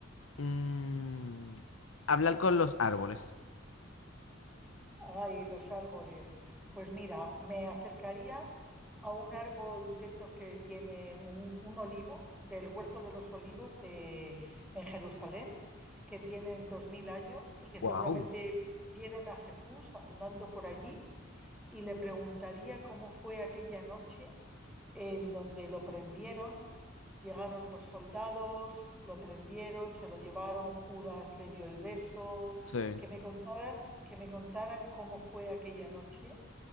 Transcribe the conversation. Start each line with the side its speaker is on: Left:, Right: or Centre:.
Left: mm, hablar con los árboles?
Centre: Ay, los árboles. Pues mira, me acercaría a un árbol de estos que tienen un, un olivo, del Huerto de los Olivos de, en Jerusalén, que tienen dos mil años y que seguramente
Left: Wow.
Centre: vieron a Jesús andando por allí y le preguntaría cómo fue aquella noche en donde lo prendieron. Llegaron los soldados, lo prendieron, se lo llevaron, Judas le dio el beso,
Left: Sí,
Centre: que me contaran, que me contaran cómo fue aquella noche